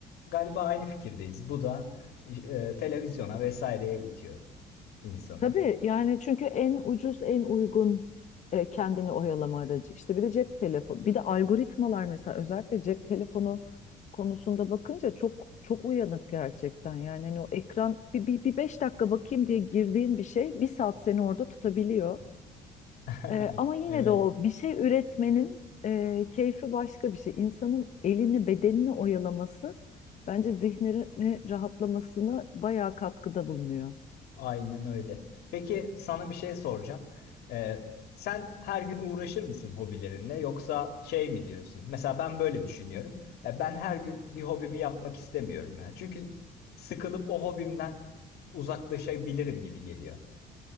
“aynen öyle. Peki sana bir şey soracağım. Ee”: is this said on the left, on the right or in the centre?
Left